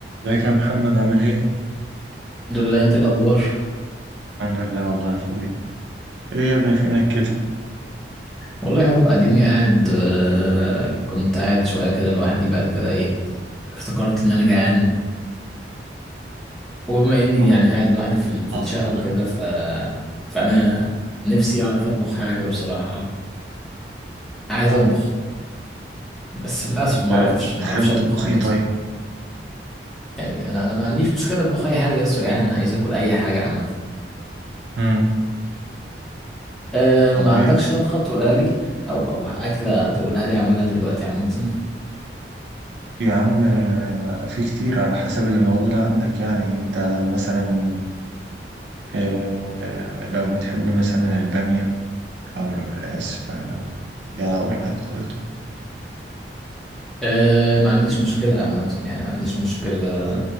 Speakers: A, on the right; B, in the centre.
A: ازيك يا محمد عامل ايه؟
B: الحمد لله انت ايه الاخبار
A: الحمد لله والله يا اخويا ايه يا ابني فينك كده؟
B: والله اهو اديني قاعد آه، كنت قاعد شويه كده لوحدي بعد كده ايه افتكرت ان انا جعان وبما اني
A: اه
B: يعني قاعد لوحدي في ال- في الشقه
A: آه.
B: وكده ف فانا نفسي اعرف اطبخ حاجه بصراحه عايز
A: آه.
B: اطبخ بس للاسف
A: طب
B: ما
A: آه،
B: اعرفش ما
A: بتحب
B: اعرفش
A: تطبخ
B: اطبخ عامه
A: ايه طيب؟
B: يعني انا انا ما عنديش مشكله اطبخ اي حاجه لسه جعان عايز اكل اي حاجه عامه
A: امم
B: أه
A: طب
B: ما عندكش
A: يعني
B: طبخه تقولها لي او او اكله تقولها لي اعملها دلوقتي عامه
A: يا عم آه، في كتير على حسب اللي موجود عندك يعني انت مثلا آه، آه، لو بتحب مثلا البامية او القلقاس فيا اقول لك طريقته
B: أه ما عنديش مشكلة عامة يعني ما عنديش مشكلة